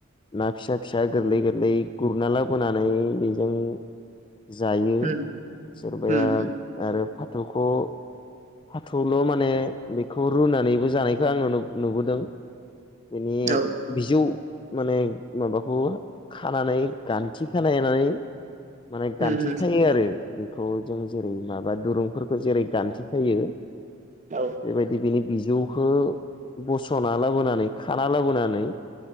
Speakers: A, on the left; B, on the right.
A: ना फिसा फिसा गोरलै गोरलै गुरना लाबोनानै बेजों जायो
B: उम
A: सोरबाया
B: उम
A: आरो फाथौखौ फाथल' माने बेखौ रुनानैबो जानायखौ आं नु नुबोदों। बेनि
B: औ
A: बिजौ माने माबाखौ खानानै गान्थि खानायनानै माने
B: उम
A: गान्थिखायो
B: उम
A: आरो बेखौ जों जेरै माबा दुरुंफोरखौ जेरै गान्थिखायो
B: औ
A: बेबायदि बिनि बिजौखौ बस'ना लाबोनानै खाना लाबोनानै